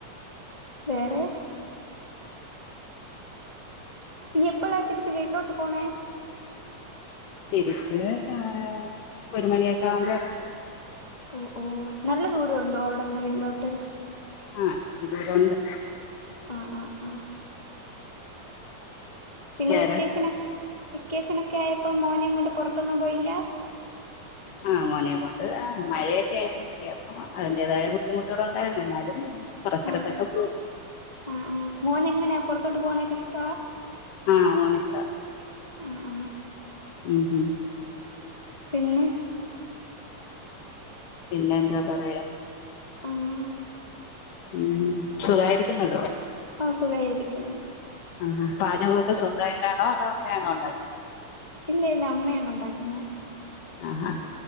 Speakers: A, on the left; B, on the left.
A: വേറെ? ഇനി എപ്പളാ തിരിച്ച് വീട്ടിലോട്ട് പോണേ?
B: തിരിച്ച് ആ ഒരു മണിയക്കെ ആവുമ്പ എറങ്ങും
A: ഓ ഓ നല്ല ദൂര ഉണ്ടോ അവടെന്ന് വീട്ടിലോട്ട്
B: ആ ഇത്തിരി ദൂരണ്ട്
A: ആ ആ ആഹ് പിന്നെ
B: വേറെ
A: വെക്കേഷന വെക്കേഷനെക്കെ ആയപ്പം മോനേം കൊണ്ട് പൊർത്തൊന്നും പോയില്ല
B: ആ മോനെയും കൊണ്ട് ആ മഴയൊക്കെ ആയിരുന്നു അല്ലെ അപ്പ അതിന്റേതായ ബുദ്ധിമുട്ടുകള് ഉണ്ടായിരുന്നു എന്നാലും കുറച്ചിടത്തൊക്കെ
A: ആ
B: പോയി
A: ആ ആ മോന എങ്ങനെയാ പൊർത്തോട്ട് പോണെക്കെ ഇഷ്ടവാ
B: ആ മോന് ഇഷ്ട്ടാ
A: ആ ആഹ്
B: ഉം ഉം.
A: പിന്നെ
B: പിന്നെ എന്താ പറയാ
A: ആഹ്
B: ഉം സുഖായിരിക്കുന്നല്ലോ
A: ഓ സുഗായിരിക്കുന്നു
B: ആ ഹാ പാചകക്കെ സ്വന്തായിട്ടാണോ അതോ അമ്മയാണോ ഉണ്ടാക്കുന്ന
A: ഇല്ല ഇല്ല അമ്മയാണ് ഉണ്ടാക്കുന്നെ
B: ആ ഹാ